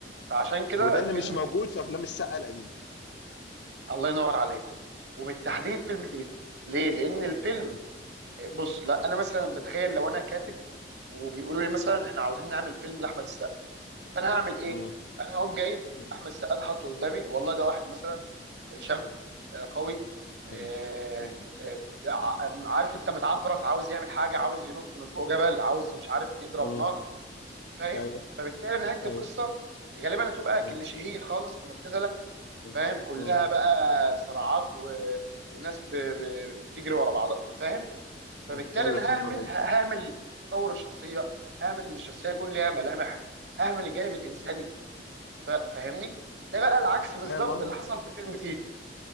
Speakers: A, on the right; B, on the left.
A: فعشان كده
B: وده اللي
A: فيلم
B: مش موجود
A: تيتو
B: في افلام السقا القديم
A: الله ينور عليك وبالتحديد
B: م.
A: فيلم تيتو ليه لان الفيلم
B: م.
A: آه، بص لا انا مثلا بتخيل لو انا كاتب وبيقولوا لي مثلا احنا عاوزين نعمل فيلم لاحمد انا هعمل ايه
B: م.
A: انا هقوم جايب
B: م.
A: احمد السقا ده حاطه قدامي والله ده واحد مثلا شاب آه، قوي
B: م.
A: آه،
B: م.
A: آه، آه، ع- عارف انت متعفرت عاوز يعمل حاجه عاوز ينط من فوق جبل عاوز مش عارف يضرب
B: م.
A: نار فاهم
B: ايوه
A: فبالتالي انا هكتب
B: ايوه
A: قصه غالبا هتبقى
B: م.
A: كليشيهيه خالص مبتذله
B: م.
A: فاهم كلها
B: م.
A: بقى صراعات و... وناس ب... ب... بتجري ورا بعضها فاهم
B: م.
A: فبالتالي
B: ايوه
A: انا
B: فهمت
A: ههمل
B: قصدي
A: ههمل تطور الشخصيه ههمل ان الشخصيه يكون ليها ملامح ههمل الجانب الانساني ف- فاهمني ده بقى العكس
B: فاهم
A: بالظبط
B: قصدك
A: اللي حصل في فيلم تيتو